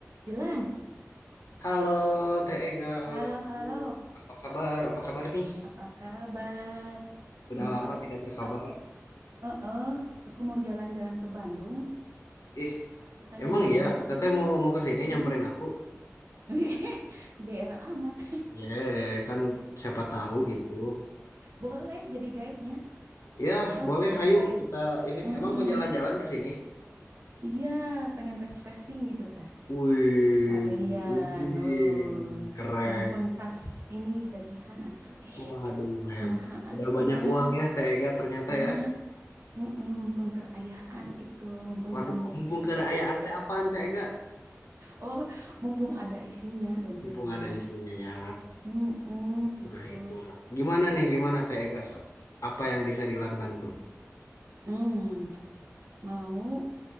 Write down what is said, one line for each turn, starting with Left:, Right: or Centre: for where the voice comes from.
Right: Dilan,
Left: Halo Teh Ega, halo.
Right: halo halo,
Left: Apa kabar? Apa kabar nih?
Right: apa kabar?
Left: Sudah
Right: Mu-
Left: lama
Right: ak-
Left: tidak berkabar.
Right: ak- eh, eh, aku mau jalan-jalan ke Bandung,
Left: Ih,
Right: mau tanya-tanya
Left: emang iya
Right: dulu.
Left: Teteh mau mau ke sini
Right: Mm-mm.
Left: nyamperin aku?
Right: <laughs> GR amat.
Left: Ye, kan siapa tahu gitu.
Right: Boleh jadi guide-nya,
Left: Ya,
Right: sok
Left: boleh
Right: jadi
Left: hayu
Right: guide.
Left: kita ini
Right: Mm-mm.
Left: emang mau jalan-jalan ke sini.
Right: Iya, pengen refreshing gitu tah.
Left: Wih,
Right: Sekalian,
Left: wih,
Right: oh,
Left: keren.
Right: mempengkas ini gajihan atuh. Ih,
Left: Waduh, hebat.
Right: kumaha
Left: Sudah
Right: atunya
Left: banyak uang ya Teh Ega ternyata
Right: nya,
Left: ya.
Right: heeh, mempengkerayaan gitu, mempengcan
Left: Waduh,
Right: boke.
Left: mumpung kekayaan
Right: <laughs>
Left: teh apaan Teh Ega?
Right: Oh, mumpung ada isinya dompetnya.
Left: Mumpung ada isinya ya.
Right: Mm-mm, gitu.
Left: Nah, itulah. Gimana nih, gimana Tega Sob? Apa yang bisa Dilan bantu?
Right: Hmm, mau